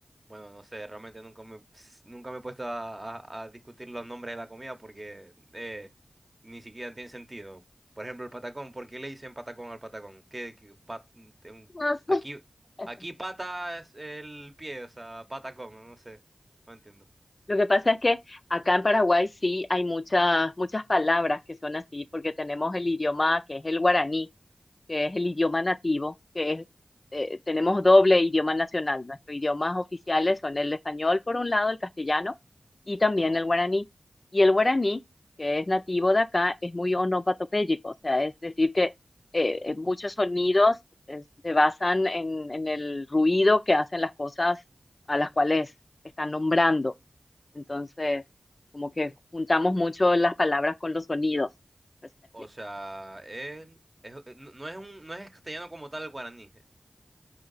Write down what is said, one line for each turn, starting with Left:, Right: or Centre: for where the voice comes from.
Right: Bueno, no sé, realmente nunca me, nunca me he puesto a, a- a discutir los nombres de la comida porque eh, ni siquiera tienen sentido. Por ejemplo, el patacón, ¿por qué le dicen patacón al patacón? ¿Qué, qué pa- te- un-
Left: No sé.
Right: aquí,
Left: <laughs>
Right: aquí pata es el pie, o sea, patacón, no no sé, no entiendo.
Left: Lo que pasa es que acá en Paraguay sí hay muchas, muchas palabras que son así, porque tenemos el idioma que es el guaraní. que es el idioma nativo, que es, eh, tenemos doble idioma nacional. Nuestros idiomas oficiales son el español, por un lado, el castellano y también
Right: Ajá.
Left: el guaraní. Y el guaraní, que es nativo de acá, es muy onomatopéyico, o sea, es decir, que eh, muchos sonidos eh, se basan en, en el ruido que hacen las cosas a las cuales están nombrando. Entonces, como que juntamos mucho las palabras con los sonidos. No sé si me explico.
Right: O sea, él es- eh, no no es un, no es castellano como tal el guaraní.